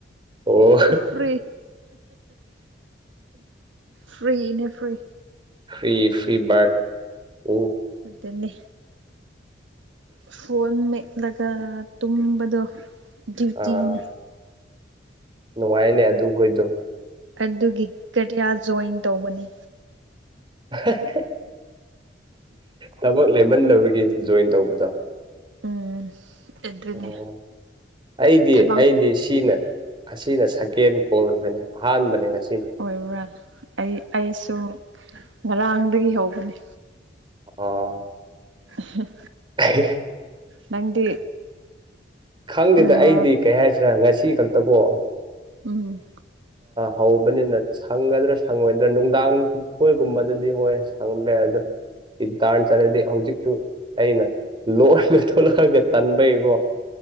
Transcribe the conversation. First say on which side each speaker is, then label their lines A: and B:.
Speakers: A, on the right; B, on the right.
A: ꯑꯣ
B: ꯐ꯭ꯔꯤ ꯐ꯭ꯔꯤꯅꯦ ꯐ꯭ꯔꯤ
A: ꯐꯔꯤ ꯐꯔꯤꯕꯥꯠ ꯑꯣ
B: ꯑꯗꯨꯅꯤ ꯐꯣꯟ ꯃꯦꯠꯂꯒ ꯇꯨꯝꯕꯗꯣ ꯗꯤ꯭ꯌꯨꯏꯇꯤꯅꯤ
A: ꯑꯥ ꯅꯨꯡꯉꯥꯏꯅꯦ ꯑꯗꯨꯒꯩꯗꯣ
B: ꯑꯗꯨꯒꯤ ꯀꯔꯌꯤ꯭ꯔ ꯖꯣꯏꯟ ꯇꯧꯕꯅꯦ
A: ꯑꯍꯦ ꯍꯦ ꯍꯦ ꯊꯕꯛ ꯂꯩꯃꯟꯗꯕꯒꯤ ꯖꯣꯏꯟ ꯇꯧꯕꯗꯣ
B: ꯎꯝ ꯑꯗꯨꯅꯦ
A: ꯑꯣ ꯑꯩꯗꯤ
B: ꯊꯕꯛ
A: ꯑꯩꯗꯤ ꯁꯤꯅ ꯑꯁꯤꯅ ꯁꯀꯦꯟ ꯀꯣꯜꯗꯅꯦ ꯑꯍꯥꯟꯕꯅꯦ ꯉ
B: ꯑꯣꯏꯕ꯭ꯔꯥ ꯑꯩ ꯑꯩꯁꯨ ꯉꯔꯥꯡꯗꯒꯤ ꯍꯧꯕꯅꯦ
A: ꯑꯣ
B: ꯑꯍꯥ
A: ꯑꯍꯤ ꯍꯤ
B: ꯅꯪꯗꯤ
A: ꯈꯪꯗꯦꯗ
B: ꯑꯥ
A: ꯑꯩꯗꯤ ꯀꯩ ꯍꯥꯏꯁꯤꯔꯥ ꯉꯁꯤ ꯈꯛꯇꯕꯣ
B: ꯎꯝ
A: ꯍꯧꯕꯅꯤꯅ ꯁꯪꯒꯗ꯭ꯔꯥ ꯁꯪꯉꯣꯏꯗ꯭ꯔꯥ ꯅꯨꯡꯗꯥꯡ ꯑꯩꯈꯣꯏꯒꯨꯝꯕꯗꯗꯤ ꯍꯣꯏ ꯁꯪꯕ ꯌꯥꯏ ꯑꯗꯣ ꯏꯟꯇꯥ꯭ꯔꯟ ꯆꯠꯂꯗꯤ ꯍꯧꯖꯤꯛꯁꯨ ꯑꯩꯅ ꯂꯣꯟꯅ ꯊꯣꯛꯂꯛꯑꯒ ꯇꯟꯕꯩꯀꯣ